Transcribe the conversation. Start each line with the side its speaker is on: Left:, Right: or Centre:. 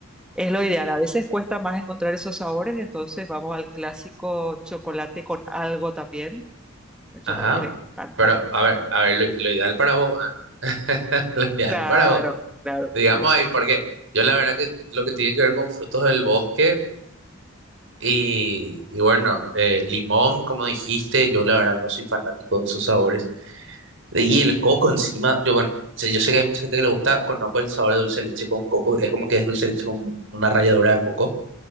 Centre: Es lo ideal. A veces cuesta más encontrar esos sabores, entonces vamos al clásico chocolate con algo también. El chocolate
Right: ajá,
Centre: me encanta.
Right: pero a ver, a ver, lo, lo ideal para vos, ¿eh? <laughs> Lo ideal
Centre: Claro,
Right: para vos,
Centre: claro,
Right: digamos
Centre: por eso.
Right: ahí, porque yo la verdad que lo que tiene que ver con frutos del bosque, Y, y bueno, eh, limón, como dijiste, yo la verdad no soy fanático de esos sabores. Y el coco encima, yo bueno, sé- yo sé que hay mucha gente que le gusta, conozco el sabor de dulce de leche con coco, es como que es dulce de leche con una ralladura de coco.